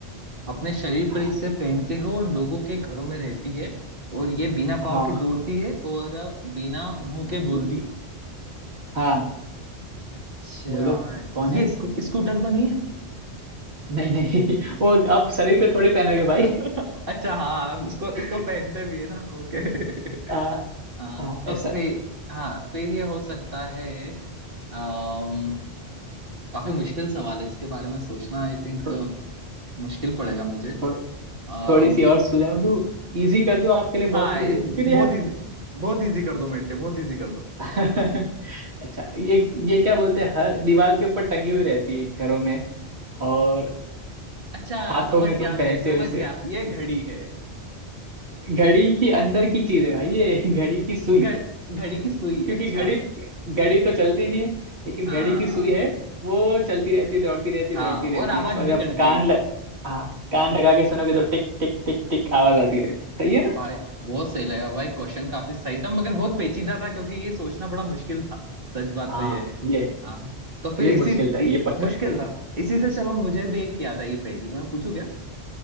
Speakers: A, on the right (about 55°); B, on the right (about 75°).
A: अपने शरीर
B: हाँ
A: पर इसे पहनते हो और लोगों के घरों में रहती है और ये बिना पाँव
B: हाँ
A: के दौड़ती है और बिना मुंह के बोलती
B: ये-
A: है
B: हाँ
A: अच्छा
B: बोलो कौन है
A: ये स्कू, स्कूटर तो नहीं है
B: नहीं नहीं <laughs> वो आप शरीर पे थोड़ी पहनोगे
A: <laughs>
B: भाई
A: अच्छा हाँ उसको इसको
B: <laughs>
A: पहनते भी है ना ओके
B: आ,
A: <laughs> हाँ
B: आ,
A: तो
B: ऐसा
A: फिर हाँ फिर ये हो सकता है अम्म काफी मुश्किल सवाल है इसके बारे में सोचना आई थिंक
B: थो,
A: मुश्किल पड़ेगा मुझे
B: थोड़,
A: अम,
B: थोड़ी सी और सुझाव दूं इजी कर दूं आपके लिए बहुत
A: हाँ
B: इजी
A: इस,
B: फिर
A: बहुत
B: यार
A: इजी बहुत इजी कर दो मेरे लिए बहुत इजी कर दो
B: <laughs> अच्छा ये ये क्या बोलते हैं हर दीवार के ऊपर टंगी हुई रहती है घरों में और
A: अच्छा
B: हाथों
A: समझ
B: में
A: गया
B: तुम
A: मैं
B: पहनते
A: समझ
B: हो इसे
A: गया ये घड़ी है
B: घड़ी की अंदर की चीज है भाई ये <laughs> घड़ी की सुई
A: घ- घड़ी की सुई
B: क्योंकि
A: अच्छा
B: घड़ी घड़ी तो चलती नहीं है लेकिन
A: हाँ
B: घड़ी की सुई है वो चलती रहती है दौड़ती रहती है
A: हाँ
B: दौड़ती रहती
A: और आवाज
B: है और
A: भी
B: जब
A: करती
B: कान
A: है
B: लग हाँ कान लगा के सुनोगे तो टिक टिक टिक टिक आवाज आती रहती है। सही है ना
A: भाई बहुत सही लगा भाई क्वेश्चन काफी सही था मगर बहुत पेचीदा था क्योंकि ये सोचना बड़ा मुश्किल था सच
B: <laughs>
A: बात
B: हाँ
A: तो ये है
B: ये है।
A: हाँ तो फिर
B: ये
A: इसी
B: मुश्किल था ये
A: इ,
B: पक्का
A: मुश्किल था इसी से चलो मुझे भी एक याद आई पहेली मैं पूछू क्या